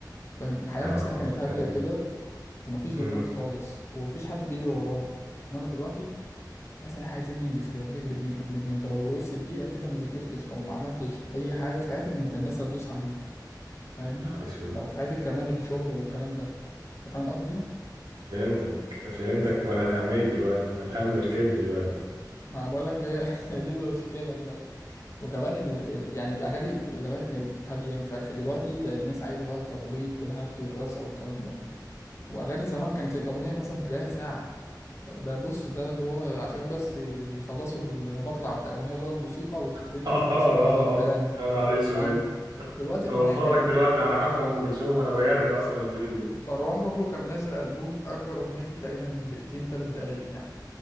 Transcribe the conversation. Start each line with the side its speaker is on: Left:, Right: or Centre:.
Left: فاهم الحياة
Right: اه
Left: نفسها كانت هادية
Right: فهمت
Left: كده ومفيش ضغوط
Right: امم
Left: خالص ومفيش حد بيجري وراهم إنما دلوقتي تحس إن إحنا عايزين ننجز كده بنجري بنجري بنجري أنت لو وقفت دقيقة كده ما ذاكرتش أو ما عملتش أي حاجة في حياتك أنت الناس هتدوس عليك فاهمني
Right: نهار اسود
Left: لو في حياتك كمان الشغل والكلام ده أنت فاهم قصدي؟
Right: فهمتك فهمتك وانا اتهميت دلوقتي انا الهم ركبني دلوقتي
Left: ما بقول لك هي <laughs> هي دي المشكله دلوقتي وكمان ال... ال- يعني الاغاني زمان كانت هاديه ومش عارف ايه دلوقتي بقى الناس عايزه بقى التخبيط والهبد والرزع والكلام ده واغاني زمان كانت الاغنيه مثلا تلاقيها ساعه ده بص ده اللي هو عشان بس يخلصوا المطلع بتاع الاغنيه اللي هو الموسيقى وتبتدي
Right: <laughs> اه
Left: ام كلثوم
Right: اه
Left: مثلا
Right: اه
Left: تغني
Right: يا نهار اسود
Left: فاهم دلوقتي
Right: انا
Left: الاغنيه
Right: بتفرج
Left: كام
Right: دلوقتي على حفله ام كلثوم وانا بجري اصلا الفيديو
Left: مروان بابلو كان بينزل البوم اكبر اغنيه فيه تقريبا دقيقتين ثلاث دقايق يعني